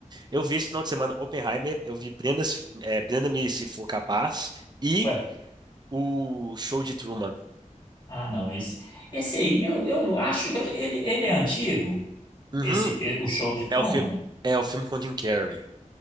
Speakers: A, on the right (about 35°); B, on the left (about 35°).
A: Eu vi esse final de semana Oppenheimer, eu vi Prenda-se- é, Prenda-me se for capaz e
B: Ué,
A: o Show de Truman.
B: Ah, não, esse, esse aí eu, eu acho que eu- ele, ele é antigo,
A: Uhum.
B: esse é, o show de Truman.
A: É o filme é o filme com Jim Carrey.